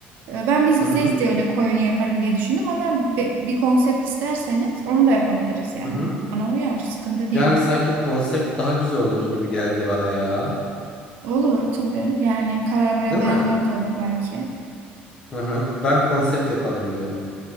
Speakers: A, on the right; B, on the left.
A: Ee, ben biz
B: hı
A: bizeyiz
B: hı.
A: diye öyle koyunu yaparım diye düşündüm ama bi- bir konsept isterseniz onu da yapabiliriz yani.
B: hı hı.
A: Bana uyar, sıkıntı değil.
B: Yani sanki konsept daha güzel olur gibi geldi bana ya.
A: Olur tabii. Yani karar veremeyenler
B: Değil mi?
A: de olur belki.
B: Hı hı. Ben konsept yapalım diyorum.